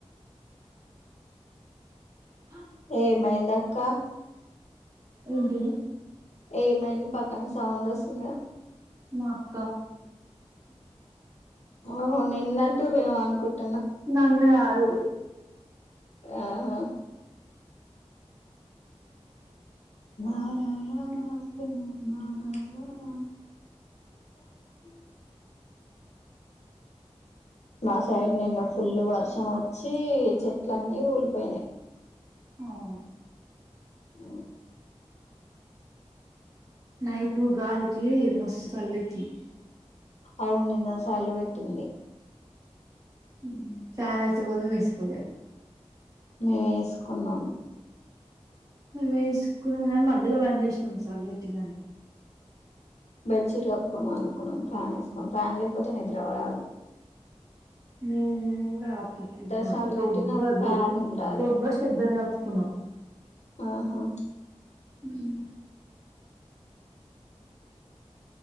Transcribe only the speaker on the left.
ఏమైంది అక్క
ఏమైంది పక్కన సౌండ్ వస్తుందా
ఓహో <unintelligible>
ఆ హా నారాయణ శ్రీ ఓం నారాయణ ఉ మా సైడ్ నిన్న ఫుల్ వర్షం వచ్చి చెట్లన్నీ కూలిపోయినాయి
ఆ
అవును నిన్న సలీ పెట్టింది.
మేము ఎసుకున్నాము.
బెడ్ షీట్ కప్పుకొని పండుకున్నాం ఫ్యాన్ ఎసుకొని. ఫ్యాన్ లేకపోతే నిద్రవరాదు.
సార్లు
పెట్టినా ఫ్యాన్
ఉండాలి
ఆహా